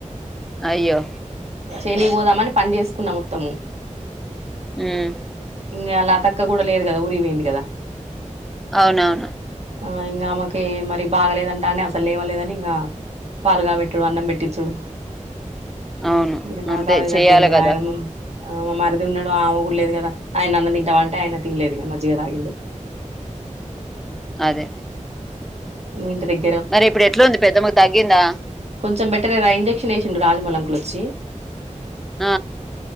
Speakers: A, in the centre; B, on the right.
A: అయ్యో
B: చేనికిపోదామని పని చేసుకున్నా మొత్తము
A: మ్మ్
B: ఇంకా లతక్క కూడా లేదు కదా ఊరికి పోయింది కదా
A: అవునవును
B: ఆ ఇంకా ఆమెకి మరి బాగలేదన్ కానే అసలు లేవలేదని ఇంకా పాలు కాబెట్టాడు అన్నం పెట్టించుడు
A: అవును
B: ఇగ నాకు
A: అంతే
B: అదే
A: చెయాలి
B: సరిపోయింది ఇగ
A: కదా
B: ఆయన ఆ మరిది ఉన్నాడు ఆమె కూడా లేదు కదా ఆయన అన్నం తింటావ అంటే ఆయన తినలేదు ఇగ మజ్జిగ తాగిండు
A: అదే
B: ఇంగ ఇంటి దగ్
A: మరి ఇప్పుడు ఎట్లా ఉంది పెద్దమ్మ కు తగ్గిందా
B: కొంచెం బెటర్ ఏ రా ఇంజెక్షన్ వేసిండు రాజమౌళి అంకుల్ వచ్చి
A: ఆ